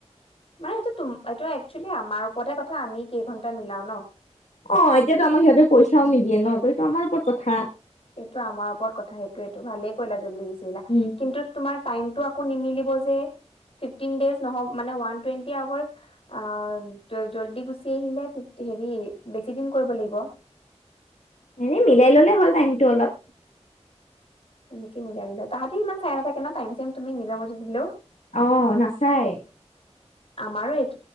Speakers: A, on the left; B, on the left.
A: মানে এইটো তম এইটো একচেলি আমাৰ ওপৰতে কথা আমি কেইঘন্টা মিলাও ন।
B: অ এতিয়াতো আমাক সিহঁতে পইচাও নিদিয়ে ন ত সেইটো আমাৰ ওপৰত কথা।
A: এইটো আমাৰ ওপৰত কথা সেইটো এইটো ভালে কৰিলা জল্দি গুচি
B: উম,
A: কিন্তু তোমাৰ টাইম টো আকৌ নিমিলিব যে ফিফটিন ডেইছ ন নহব মানে ওৱান টুৱেন্টি আৱাৰ্চ আ জল্দি গুচি আহিলে ফিফটি হেৰি বেছি দিন কৰিব লাগিব।
B: এনেই মিলাই ললে হ'ল টাইমটো অলপ।
A: নেক মিলাই মিলা তাহাঁতি ইমান চাই নাথাকে ন টাইম চাইম তুমি নিজৰ মতে দিলেও।
B: অহ নাচায়।
A: আমাৰো একে